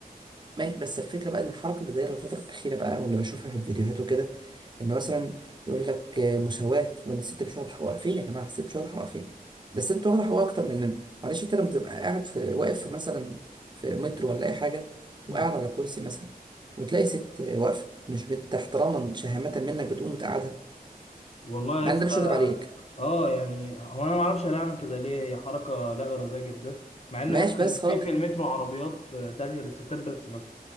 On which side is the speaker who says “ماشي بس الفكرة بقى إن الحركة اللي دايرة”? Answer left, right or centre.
Right